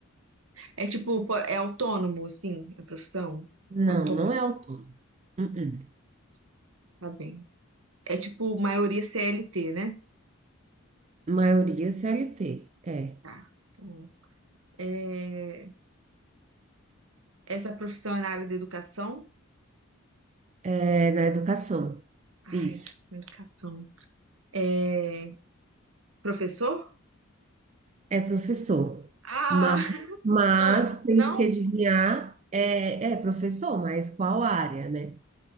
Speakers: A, on the right; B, on the right.
A: é tipo, pô, é autônomo, sim, a profissão?
B: Não,
A: Autônomo,
B: não é autônomo. Uh-uh.
A: tá bem. É tipo maioria CLT, né?
B: Maioria CLT, é.
A: Tá. Então, É, essa profissão é na área da educação?
B: É na educação.
A: Ai,
B: Isso.
A: educação. É professor?
B: É professor.
A: Ah,
B: Mas, mas
A: <laughs> ah,
B: temos
A: não?
B: que adivinhar, é, é professor, mas qual área, né?